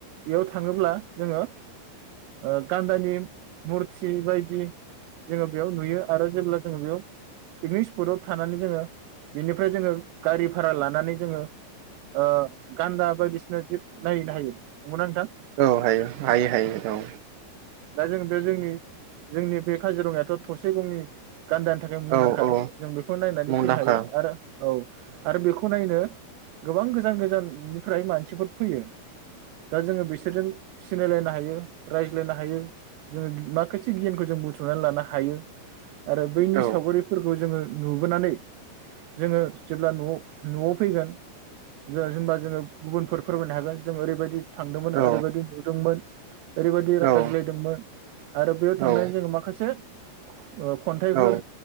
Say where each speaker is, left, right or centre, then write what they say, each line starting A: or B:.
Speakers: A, on the right; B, on the right.
A: बेयाव थाङोब्ला जोङो ओ गान्दानि मुरथि बायदि जोङो बेयाव नुयो आरो जेब्ला जोङो बेयाव पिकनिक स्पटआव थानानै जोङो बेनिफ्राय जोङो गारि भारा लानानै जोङो ओ गान्दा बायदिसिना जिब नायहैनो हायो। नंगौना नोंथां
B: औ हायो हायो हायो औ।
A: दा जों बे जोंनि जोंनि बे काजिरङायाथ' थसे गंनि गान्दानि थाखाय मुंदांखा
B: औ औ
A: जों बेखौ नायनानै
B: मुंदांखा
A: फैनो हायो आरो औ आरो बेखौ नायनो गोबां गोजान गोजाननिफ्राय मानसिफोर फैयो दा जोङो बिसोरजों सिनायलायनो हायो रायज्लायनो हायो जोङो माखासे गियानखौ जों बुथुमनानै लानो हायो। आरो बैनि
B: औ
A: सावगारिफोरखौ जोङो नुबोनानै जोङो जेब्ला न'आव, न'आव फैगोन जोंहा जेनबा जोङो गुबुनफोर फोरमायनो हागोन जों ओरैबायदि थांदोंमोन
B: औ
A: ओरैबायदि नुदोंमोन ओरैबायदि रायज्लायदोंमोन
B: औ
A: आरो बेयाव थांनानै
B: औ
A: जोङो माखासे <inaudible> खन्थाइफोर
B: औ